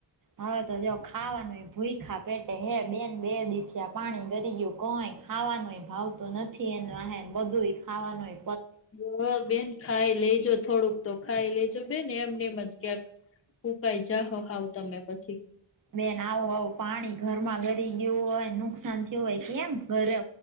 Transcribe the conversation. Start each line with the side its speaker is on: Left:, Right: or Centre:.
Right: હવે તો જો ખાવાનું ભૂઈખા પેટે હે બેન બે દીથિયા. પાણી ગરી ગયું કોય ખાવાનોય ભાવ તો નથી એને બધું ખાવાનુંય.
Left: બરોબ બેન ખાઈ લેજો થોડુંક. તો ખાઈ લેજો બે ને એમને એમ જ ક્યાંક હું કાય જાહો હાવ તમે પછી.
Right: બેન આવું આવું પાણી ઘરમાં ગરી ગયું હોય નુકસાન થયું હોય કેમ ગળે